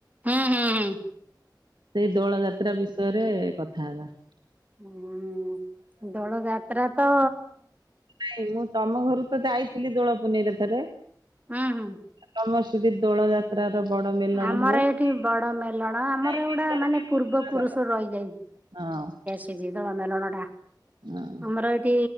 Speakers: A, on the right; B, on the right.
A: ହୁଁ ହୁଁ ହୁଁ।
B: ସେଇ ଦୋଳ ଯାତ୍ରା ବିଷୟରେ କଥା ହେବା।
A: ହୁଁ ଦୋଳ ଯାତ୍ରା ତ
B: ନାଇଁ ମୁଁ ତମ ଘରୁ ତ ଯାଇଥିଲି ଦୋଳ ପୁନେଇ ରେ ଥରେ।
A: ଉଁ ହୁଁ।
B: ତମର ସେଇଟି ଦୋଳ ଯାତ୍ ଯାତ୍ର ର ବଡ ମେଲଣ
A: ଆମର
B: ହୁଏ।
A: ଏଠି
B: ସେଇ
A: ବଡ ମେଲଣ ଆମର ଏଗୁଡା
B: ବିଷୟ ରେ
A: ମାନେ
B: ଟିକେ
A: ପୂର୍ବ
B: ବର୍ଣ୍ଣନା
A: ପୁରୁଷରୁ
B: କର?
A: ରହିଯାଇଛି।
B: ହଁ
A: <unintelligible> ଆମର
B: ହଁ
A: ଏଠି